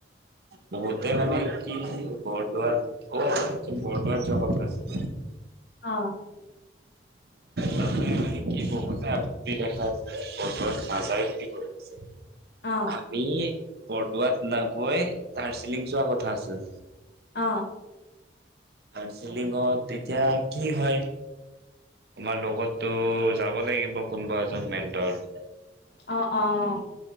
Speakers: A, on the right (about 55°); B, on the left (about 60°).
A: বহুতে মানে কি বৰদোৱাত অ' আছে বৰদোৱাত যোৱাৰ কথা আছিল।
B: অ।
A: তাতে মানে কি বহুতে আপত্তি দেখাছে বৰদোৱাত নেযায় বুলি কয়। পিছে।
B: অ
A: আমি। বৰদোৱাত নাগৈ দাৰ্জিলিং যোৱা কথা আছিল।
B: অ'।
A: দাৰ্জিলিঙত তেতিয়া কি হয়। তোমাৰ লগতো যাব লাগিব কোনোবা এজন মেন্টৰ।
B: অ 'অ'